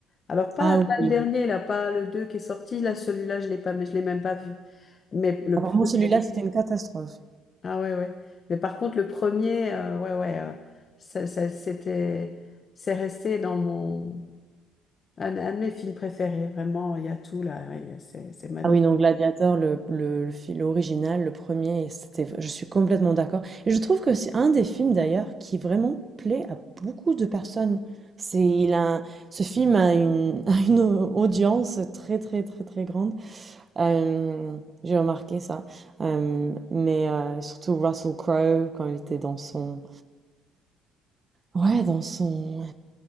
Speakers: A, on the left; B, on the right.
A: Alors pas,
B: Ah
A: pas
B: oui.
A: le dernier, là, pas le 2 qui est sorti, là, celui-là, je l'ai pas, mais je l'ai même pas vu. Mais le
B: Apparemment,
A: premier.
B: celui-là, c'était une catastrophe.
A: Ah ouais, ouais. Mais par contre, le premier, euh, ouais, ouais, euh, ça, ça- c'était, c'est resté dans mon, un, un de mes films préférés. Vraiment, il y a tout là, ouais, c'est, c'est magnifique.
B: Ah oui, non, Gladiator, le, le, le film original, le premier, c'était, je suis complètement d'accord. Et je trouve que c'est un des films d'ailleurs qui vraiment plaît à beaucoup de personnes. C'est, il a, ce film a une, <laughs> a une audience très très très très grande. Euh, j'ai remarqué ça. Euh, mais euh, surtout Russell Crowe quand il était dans son, ouais, dans son